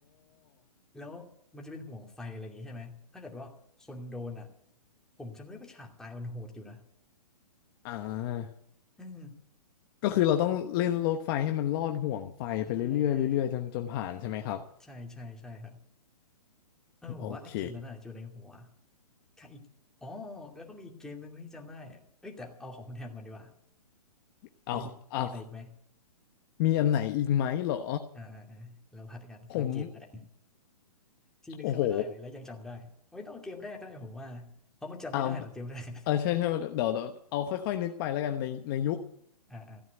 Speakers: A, in the centre; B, on the left.
A: <laughs> แล้วมันจะเป็นห่วงไฟอะไรอย่างงี้ใช่ไหมถ้าเกิดว่าคนโดนอะผมจำได้ว่าฉากตายมันโหดอยู่นะ
B: อ่า
A: อืม
B: ก็คือเราต้องเล่นรถไฟให้มันลอดห่วงไฟไปเรื่อยๆเรื่อยๆจนจนผ่านใช่ไหมครับ
A: ใช่ใช่ใช่ใช่ใช่ครับเออผมว่าไอ้เกมนั้นอะอยู่ในหัว
B: โอเค
A: ค่ะอีกอ๋อแล้วก็มีอีกเกมหนึ่งที่จำได้เอ้ยแต่เอาของคุณแฮมก่อนดีกว่า
B: เอาเอา
A: มีมีอะไรอีกไหม
B: มีอันไหนอีกไหมเหรอ
A: อ่าอ่าอ่าแล้วผัดกันละเกมกันแหละ
B: ผม
A: ที่นึกขึ้นมาได้เลยแล้วยังจำได้ไม่ต้องเอาเกมแรกก็ได้ผมว่าเพราะมันจำไม่ได้หรอกเกมแรก
B: โอ้โห เอาเออใช่ใช่เดี๋ยวเดี๋ยวเอาค่อยๆนึกไปแล้วกันในในยุค
A: <laughs> อ่าอ่า